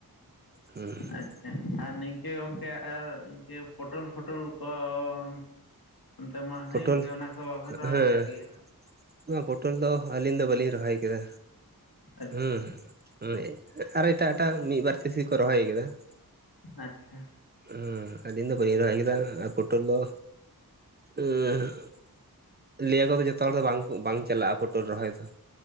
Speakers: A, on the right; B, on the left.
A: ᱦᱩᱸ ᱾
B: ᱟᱪᱪᱷᱟ ᱟᱨ ᱱᱤᱝᱠᱟᱹ ᱜᱚᱝᱠᱮ ᱟᱨ ᱤᱝᱠᱟᱹ ᱯᱚᱴᱚᱞ ᱯᱷᱚᱴᱚᱞ ᱠᱚ ᱦᱩᱸ ᱚᱱᱛᱮ ᱢᱟ ᱦᱩᱭᱩᱜ
A: ᱯᱚᱴᱚᱞ
B: ᱜᱮᱭᱟ ᱚᱱᱟ ᱠᱚ ᱵᱟᱵᱮᱱ ᱨᱚᱦᱚᱭ
A: ᱦᱮᱸ
B: ᱠᱟᱜ ᱜᱮᱭᱟ?
A: ᱱᱚᱣᱟ ᱯᱚᱴᱚᱞ ᱫᱚ ᱟᱹᱞᱤᱧ ᱫᱚ ᱵᱟᱹᱞᱤᱧ ᱨᱚᱦᱚᱭ ᱠᱮᱫᱟ
B: ᱟᱪᱪᱷᱟ
A: ᱦᱩᱸ ᱦᱚᱸ ᱮ ᱟᱨᱚ ᱮᱴᱟᱜ ᱮᱴᱟᱜ ᱢᱤᱫ ᱵᱟᱨ ᱪᱟᱥᱤ ᱠᱚ ᱨᱚᱦᱚᱭ ᱠᱟᱫᱟ ᱾
B: ᱟᱪᱪᱷᱟ᱾
A: ᱦᱩᱸ ᱟᱞᱤᱧ ᱫᱚ ᱵᱟᱹᱞᱤᱧ ᱨᱚᱦᱚᱭ ᱟᱠᱟᱫᱟ ᱟᱨ ᱯᱚᱴᱚᱞ ᱫᱚ ᱦᱩᱸ ᱞᱮᱭᱟᱠᱚ ᱡᱚᱛᱚ ᱦᱚᱲ ᱫᱚ ᱵᱟᱝ ᱵᱟᱝ ᱪᱟᱞᱟᱜᱼᱟ ᱯᱳᱴᱳᱞ ᱨᱚᱦᱚᱭ ᱫᱚ